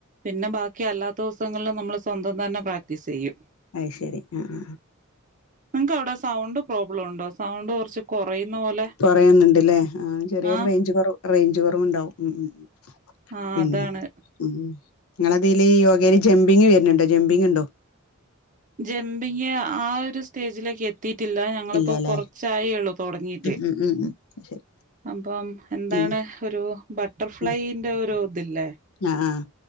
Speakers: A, on the right; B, on the left.
A: പിന്നെ ബാക്കി അല്ലാത്ത ദിവസങ്ങളിൽ നമ്മൾ സ്വന്തം തന്നെ പ്രാക്ടീസ് ചെയ്യും
B: അയ്ശരി ആഹ്
A: നിങ്ങക്ക് അവിടെ സൗണ്ട് പ്രോബ്ലം ഉണ്ടോ സൗണ്ട് കുറച്ച് കുറയുന്ന പോലെ
B: കൊറയുന്ന്ണ്ട്ല്ലേ ആ ചെറിയൊരു
A: ആഹ്
B: റേഞ്ച് കുറ റേഞ്ച് കുറവുണ്ടാവും ഉം ഉം
A: ആഹ്
B: പിന്നെ
A: അതാണ്
B: ഉം നിങ്ങളതില് യോഗയില് ജംബിങ് വരുന്നുണ്ടോ ജംബിങ് ഉണ്ടോ
A: ജംബിങ് ആ ഒരു സ്റ്റേജിലേക്ക് എ എത്തിട്ടില്ല ഞങ്ങളിപ്പോ
B: ഇല്ലല്ലേ
A: കുറച്ചായേള്ളു തുടങ്ങീട്ട്
B: ഉം ഉം ഉം ഉം ശരി
A: അപ്പം എന്താണ്
B: ഉം
A: ഒരു ബട്ടർഫ്ലൈയ്ന്റെ
B: ഉം
A: ഒരു ഇതില്ലേ
B: ആ ആ